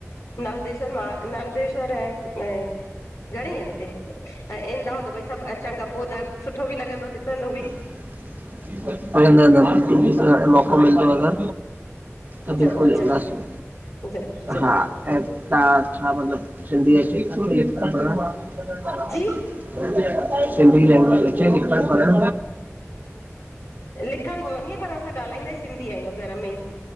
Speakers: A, on the left; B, on the right.
A: नालदेश्वर मां नालदेश्वर आए ऐं घणेई आहिनि हिते। ऐं ईंदव त भई सभु अचण खां पो त सुठो बि लॻंदो ॾिसंदो बि।
B: न न नइनदीब्ल <unintelligible> मोको
A: हा
B: मिलदो
A: हा
B: अगरि त
A: ज़रूरु
B: बिल्कुलु
A: ज़रूरु
B: ईंदासीं
A: ज़रूरु ज़रूरु
B: हा। ऐं तहां छा मतलबु सिंधी अचे नथी पढ़ण?
A: जी
B: सिंधी लैंग्वेज अचे लिखण पढ़ण
A: लिखण कोन इंदी आ पर असां ॻाल्हाईंदाई सि सिंधी आहियूं घर में ई